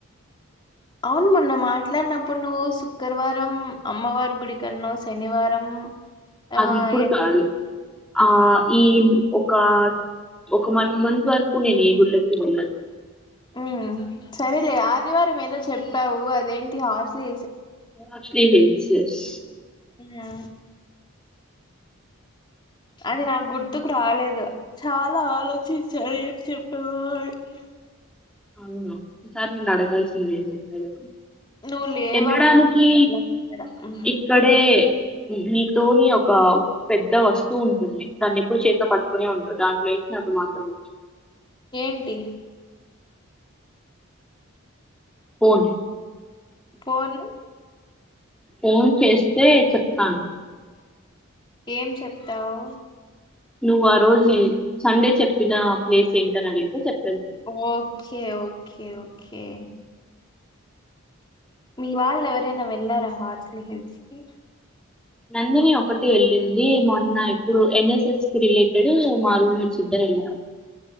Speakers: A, on the left; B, in the centre.
A: అవును మొన్న మాట్లాడినప్పుడు నువ్వు శుక్రవారం అమ్మవారి గుడి కన్నావు శనివారం ఆ,
B: అది ఇప్పుడు
A: ఏ
B: కాదు
A: గుడికి?
B: ఆ ఈ ఒక ఒక వన్ మంత్ వరకు నేను గుళ్ళకి వెళ్ళను
A: ఉమ్ సరేలే ఆదివారం ఏదో చెప్పావు అదేంటి హార్సిలీ
B: హార్సిలీ హిల్స్ జస్ట్
A: ఆ అది నాకు గుర్తుకు రాలేదు చాలా ఆలోచించా ఏం చెప్పాలో అని
B: అవునా ఒకసారి నన్ను అడగాల్సింది చెప్పేదాన్ని
A: నువ్వు లేవప్పుడు
B: ఎనడానికి
A: నా కళ్ళ ముందర. ఉమ్,
B: ఇక్కడే నీతోని ఒక పెద్ద వస్తువు ఉంటుంది దాన్ని ఎప్పుడు చేతిలో పట్టుకునే ఉంట దాంట్లో వసిన మాత్ర <inaudible>
A: ఏంటి
B: ఫోన్
A: పోను
B: ఫోన్ చేస్తే చెప్ప
A: ఏం చెప్తావు
B: నువ్వు ఆ రోజు ఏ సండే చెప్పిన ప్లేస్ ఏంటని అడిగితే చెప్
A: ఓ కే ఓకే ఓకే మీ వాళ్ళ ఎవరైనా వెళ్లారా హార్స్లీ హిల్స్ కి
B: నందిని ఒకటే వెళ్ళింది మొన్న ఇప్పుడు ఎన్ఎస్ఎస్ కి రిలేటెడ్ మా రూమ్మేట్స్ ఇద్దరు. వెళ్ళినారా